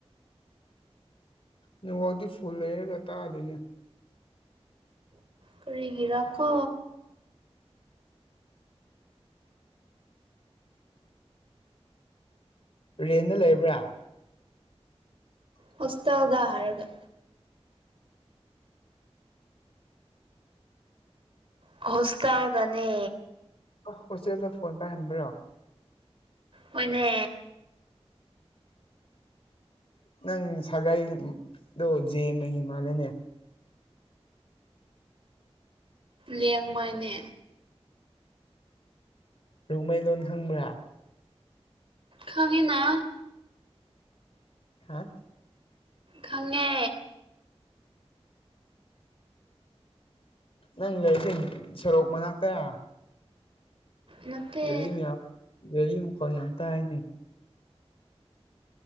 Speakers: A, on the left; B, on the right.
A: ꯅꯦꯠꯋꯥꯥꯛꯇꯤ ꯐꯨꯜ ꯂꯩꯔꯒ ꯇꯥꯗꯦꯅꯦ
B: ꯀꯔꯤꯒꯤꯔꯀꯣ
A: ꯔꯦꯟꯗ ꯂꯩꯕ꯭ꯔꯥ
B: ꯍꯣꯁꯇꯦꯜꯗ ꯍꯥꯏꯔꯒ ꯍꯣꯁꯇꯦꯜꯗꯅꯦ
A: ꯑꯣ ꯍꯣꯁꯇꯦꯜꯗ ꯐꯣꯟ ꯄꯥꯏꯍꯟꯕ꯭ꯔꯣ
B: ꯍꯣꯏꯅꯦ
A: ꯅꯪ ꯁꯒꯩꯏꯗꯣ ꯖꯦꯃꯍꯤꯃꯥꯂꯦꯅꯦ
B: ꯂꯦꯡꯃꯅꯦ
A: ꯔꯣꯡꯃꯩ ꯂꯣꯟ ꯈꯪꯕ꯭ꯔꯥ
B: ꯈꯪꯢꯅ
A: ꯍꯥ
B: ꯈꯪꯉꯦ
A: ꯅꯪ ꯂꯩꯔꯤꯁꯦ ꯁꯣꯔꯣꯛ ꯃꯅꯥꯛꯇꯥꯔꯥ
B: ꯅꯠꯇꯦ
A: ꯒꯔꯤ ꯃꯌꯥꯝ ꯒꯔꯤ ꯃꯈꯣꯟ ꯌꯥꯝ ꯇꯥꯢꯑꯦꯅꯦ